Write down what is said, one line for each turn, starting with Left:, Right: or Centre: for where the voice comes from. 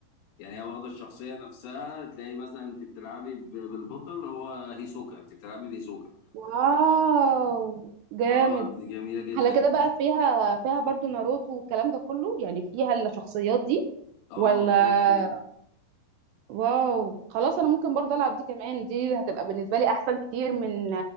Left: يعني هي واخدة الشخصية نفسها تلاقي مثلا انت بتلعبي ب- بالبطل هو هيسوكا انت بتلعبي بهيسوكا
Right: واو جامد
Left: اه دي جميلة جدا
Right: على كده بقى
Left: دي
Right: فيها فيها برضو ناروتو والكلام ده كله يعني فيها الشخصيات دي
Left: اه
Right: ولا
Left: اه فيها
Right: واو خلاص انا ممكن برضو العب دي كمان دي هتبقى بالنسبة لي احسن كتير من